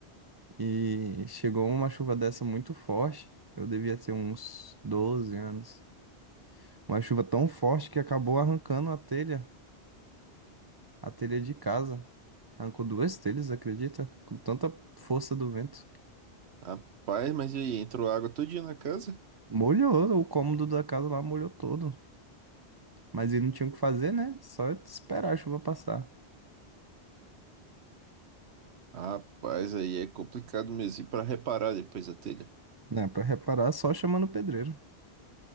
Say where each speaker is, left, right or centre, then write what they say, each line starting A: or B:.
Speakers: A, on the right; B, on the right.
A: E chegou uma chuva dessa muito forte. Eu devia ter uns 12 anos. Uma chuva tão forte que acabou arrancando a telha, a telha de casa. Arrancou duas telhas, acredita? Com tanta força do vento.
B: Rapaz, mas e aí, entrou água todo dia na casa?
A: Molhou, o cômodo da casa lá molhou todo. Mas ele não tinha o que fazer, né? Só esperar a chuva passar.
B: Rapaz, aí é complicado mesmo. E pra reparar depois a telha?
A: Né, pra reparar, só chamando o pedreiro.